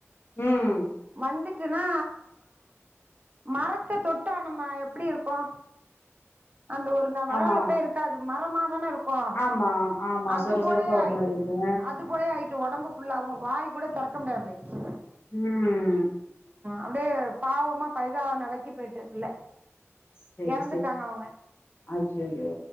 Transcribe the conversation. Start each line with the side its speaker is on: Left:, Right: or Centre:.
Left: உம்
Right: வந்துட்டுனா மரத்த தொட்டா நம்ம எப்டி இருக்கோ அந்த ஒரு நேர வழவழப்பே
Left: ஆமா
Right: இருக்காது மரமா தானே இருக் கு
Left: ஆமா ஆமா
Right: அது
Left: சொர
Right: போலயே
Left: சொரப்பா ஒரு
Right: ஆயிட்டு
Left: மாதிரி இருக்கு
Right: அது போலே ஆயிட்டு ஒடம்பு ஃபுல்லாவு வாய் கூட தொரக் கம்ப வந்துருச்சு
Left: உம்
Right: அப்டே பாவமா பரிதாவ நெலைக்கி போயிட்டு பிள்ள
Left: சேரி
Right: இறந்துட்டாங்க
Left: சேரி
Right: அவங்க
Left: ஐயயோ